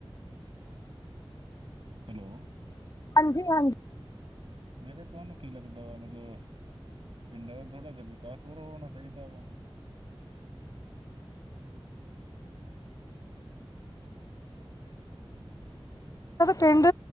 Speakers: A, on the right; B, on the left.
A: ਹੈਲੋ।
B: ਹਾਂਜੀ ਹਾਂਜੀ
A: ਮੈਂ ਕਿਹਾ ਤੁਆਨੂੰ ਕੀ ਲੱਗਦਾ ਵਾ ਮਤਲਬ ਪਿੰਡਾਂ ਦਾ ਥੋੜ੍ਹਾ ਜਿਹਾ ਵਿਕਾਸ ਹੋਰ ਹੋਣਾ ਚਾਹੀਦਾ ਵਾ।
B: ਪਿੰਡ